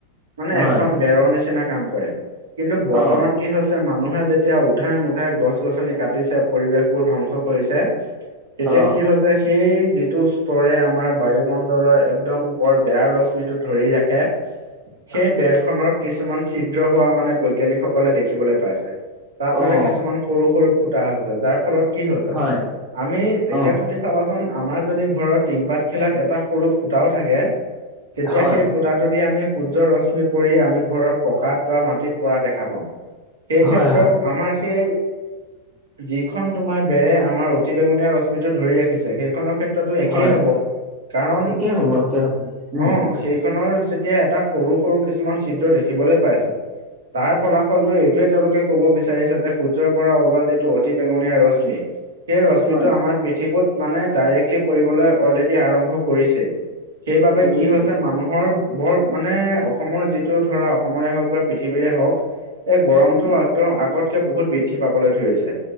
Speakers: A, on the right (about 65°); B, on the right (about 30°).
A: মানে
B: হয়
A: এখন বেৰৰ নিচিনা কাম কৰে কিন্তু বৰ্তমান
B: অ
A: কি হৈছ তে মানুহে যেতিয়া উধাই - মুধাই গছ - গছনি কাটিছে, পৰিৱেশবোৰ ধ্বংস কৰিছে এতিয়া
B: অ
A: কি হৈছে সেই যিটো ষ্টৰে আমাৰ বায়ুমণ্ডলৰ একদম বৰ বেয়া ৰশ্মিটো ধৰি ৰাখে
B: <unintelligible>
A: সেই বেৰ খনত কিছুমান ছিদ্ৰ হোৱা মানে বৈজ্ঞানিক সকলে দেখিবলৈ পাইছে। তাত মানে
B: অ
A: কিছুমান সৰু সৰু ফুটা হৈছে। যাৰ ফলত কি হৈছে?
B: হয়
A: আমি এতিয়া
B: অ
A: তুমি চাবাচোন আমাৰ যদি ঘৰৰ টিংপাত খিলাত এটা সৰু ফুটাও থাকে তেতিয়া
B: হয়
A: সেই ফুটাটো দি আমি সূৰ্যৰ ৰশ্মি পৰি আমি ঘৰৰ পকাত বা মাটিত পৰা দেখা পাওঁ। সেই
B: হয়
A: ক্ষেত্ৰত
B: হয়
A: আমাৰ সেই, যিখন তোমাৰ বেৰে আমাৰ অত অতি বেঙুীয়া ৰশ্মিটো ধৰি ৰাখিছে। সেইখনৰ ক্ষেত টো একেই
B: হয়
A: হ'ব। কাৰণ,
B: একে হ'ব একে হ'ব উম
A: অঁ সেইখনৰ যেতিয়া এটা সৰু সৰু কিছুমান চিএ দেখিবলৈ পাইছে তাৰ ফলাফলটো এইটোৱে তেওঁলোকে কব বিচাৰিছে যে সূৰ্যৰ পৰা ওলোৱা যিটো অতি বেঙনীয়া ৰশ্মি সেই ৰশ্মিটো
B: হয়
A: আমাৰ পৃথিৱীত মানে ডাইৰেক্টলি পৰিবলৈ অলৰেডি আৰম্ভ কৰিছে সেইবাবে
B: কৰিছো
A: কি হৈছে
B: কৰিছো
A: মানুহৰ বৰ মানে, অসমৰ যিটো ধৰা অসমৰে হওঁক বা পৃথিৱীৰে হওঁক এই গৰমতো
B: উম
A: একদম আগতকে বহুত বৃদ্ধি পাবলৈ ধৰিছে